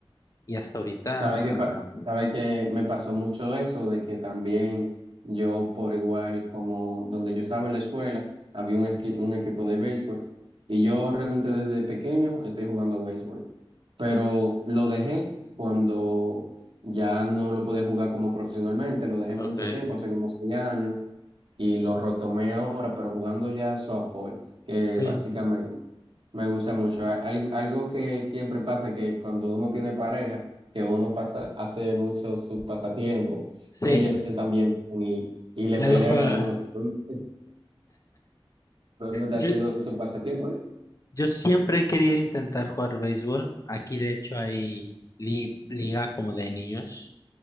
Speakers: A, on the left; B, on the right.
A: Y hasta ahorita,
B: Sabe
A: ah,
B: que pa- sabe que me pasó mucho eso de que también yo por igual como donde yo estaba en la escuela había un, esqui- un equipo de béisbol y yo realmente desde pequeño estoy jugando béisbol, pero lo dejé cuando ya no lo podía jugar como profesionalmente, lo dejé mucho
A: ok,
B: tiempo, hace como seis años y lo retomé ahora, pero jugando ya softball, que
A: sí,
B: básicamente Me gusta mucho. Al- Algo, algo que siempre pasa que cuando uno tiene pareja, que uno pasa, hace mucho su pasatiempo,
A: sí,
B: ellas también vienen y, y le
A: ya
B: pelean
A: lo juega.
B: a uno, <laughs> pero uno está
A: Yo,
B: haciendo su pasatiempo.
A: Yo siempre he querido intentar jugar béisbol. Aquí de hecho hay li- liga como de niños,